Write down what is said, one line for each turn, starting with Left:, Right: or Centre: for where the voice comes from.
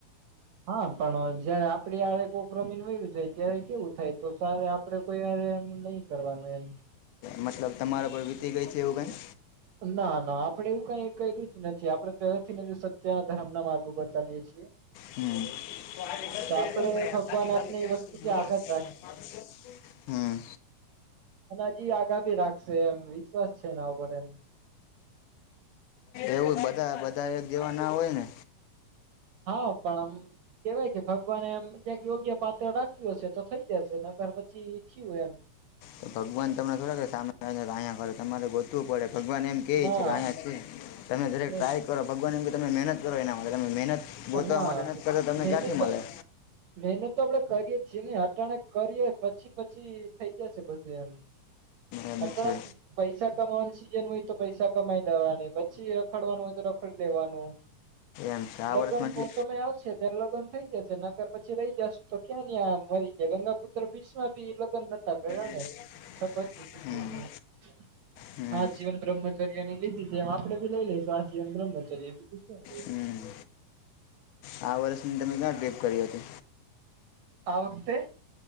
Right: હા, પણ જયારે આપડી આ કોઈક રમીને વયુ જાય ત્યારે કેવું થાય? તો સ આપડે કોઈ એમ નહીં કરવાનું એમ
Left: મતલબ, તમારા પર વીતી ગઈ છે એવું કંઈ?
Right: ના, ના, આપડે એવું કઈ કર્યુ જ નથી. આપડે પહેલા થી સત્ય ના ધર્મ ના માર્ગ ઉપર ચાલીએ છીએ.
Left: તો આે
Right: તો આપડે ભગવાન
Left: ખાલી
Right: આપને
Left: ગ <unintelligible>
Right: એ વસ્તુથી આઘાત
Left: હમ.
Right: અનાજી આગા ભી રાખશે એમ વિશ્વાસ છે એના ઉપર એમ
Left: એવું બધા બધા એક જેવા ના હોય ને
Right: હા, પણ આમ કેવાય કે ભગવાને એમ ક્યાંક યોગ્ય પાત્ર રાખ્યું છે, તો થઈ જશે. નગર પછી થયું એમ.
Left: તો ભગવાન તમને થોડક સામે આવીને ક્યા કરે? તમારે ગોતવું પડે. ભગવાન એમ કેહે
Right: ના
Left: છે કે અહીંયા શ તમે દરેક
Right: ને
Left: ટ્રાય કરો. ભગવાન એમ કે તમે મહેનત કરો, એના માટે તમે મહેનત ગોતવા
Right: ના,
Left: માટે નથી કરતા તમને
Right: મહેનત
Left: ક્યાંથી
Right: તો
Left: મળે
Right: મહેનત તો આપડે કરીએ પછીની હટાણે કરીએ, પછી પછી થઈ જશે બધું એમ.
Left: એમ
Right: અઢળક
Left: છે
Right: પૈસા કમાવાનું છે. હોય તો પૈસા કમાઈ લેવાની, પછી રખડવાનું હોય તો રખડી લેવાનું.
Left: એમ છે આ
Right: લગ્ન
Left: વર્ષમાં
Right: નો
Left: કે
Right: સમય આવશે ત્યારે લગ્ન થઈ જ છે નગર પછી રહી જશું તો ક્યાં? કયા મરી ગયા ગયા? પુત્ર બીચમાં ભી લગ્ન નતા કર.
Left: <unintelligible>
Right: શપથ,
Left: હમ
Right: એ
Left: હમ
Right: હા, જીવન બ્રહમ લીધી એમ આપડે ભી લઈ લઈશું આજીવન બ્રહ્મચર્ય, બીજુ શું?
Left: હમ આ વર્ષની તમે ક્યાં ટ્રીપ કરી હતી.
Right: આ વખતે